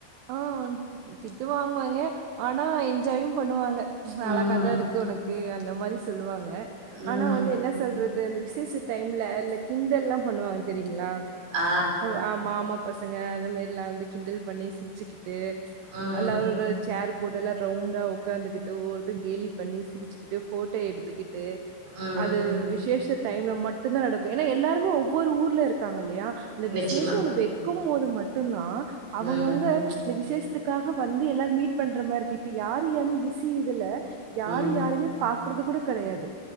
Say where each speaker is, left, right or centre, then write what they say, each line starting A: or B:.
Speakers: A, on the right (about 75°); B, on the right (about 60°).
A: ஆ திட்டு வாங்குவாங்க ஆனா என்ஜாயு பண்ணுவாங்க அழகாதா
B: ம்.
A: இருக்கு உனக்கு அந்த மாரி சொல்லுவாங்க
B: ம்.
A: ஆனா வந்து என்ன சொல்றது அந்த விசேச டைம்ல இந்த கிண்டல்லா பண்ணுவாங்க தெரியுங்ளா
B: ஆ
A: அ மாமா பசங்க அந்த மேரில்லா வந்து கிண்டல் பண்ணி சிரிச்சிக்கிட்டு
B: ம்.
A: அல்லாரு ஒரு சேர் போடுல்லா ரவுண்டா உக்காந்துகிட்டு ஒவ்வொருத்தரு கேலி பண்ணி சிரிச்சுக்கிட்டு ஃபோட்டோ எடுத்துக்கிட்டு
B: ம்.
A: அது விசேஷ டைம்ல மட்டுந்தா நடக்கு ஏனா எல்லாருமே ஒவ்வொரு ஊர்ல இருக்காங்க இல்லயா இந்த
B: நிச்சயமா.
A: விசேஷோ ஒண்ணு வெக்கும் போது மட்டுந்தா அவங்கவுங்க
B: ம்.
A: இந்த விசேஷத்துக்காக வந்து எல்லாரும் மீட் பண்ற மாதிரிக்கு இப்ப யாருஎம் பிஸி இதுல்ல யாரு
B: ம்.
A: யாரையுமே பாக்குறது கூட கடையாது